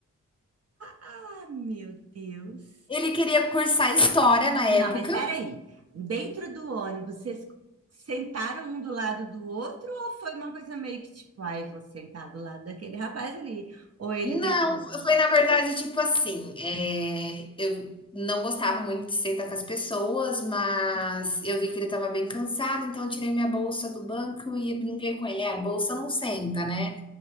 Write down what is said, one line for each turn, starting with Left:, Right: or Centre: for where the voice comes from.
Right: Ah, meu Deus.
Left: Ele queria cursar história na época.
Right: Não, mas espera aí. Dentro do ônibus, vocês sentaram um do lado do outro ou foi uma coisa meio que tipo, ai, vou sentar do lado daquele rapaz ali? Ou ele
Left: Não,
Right: pensou,
Left: foi na verdade tipo assim, eh, eu não gostava muito de sentar com as pessoas, mas eu vi que ele estava bem cansado, então eu tirei minha bolsa do banco e brinquei com ele. É, a bolsa não senta, né?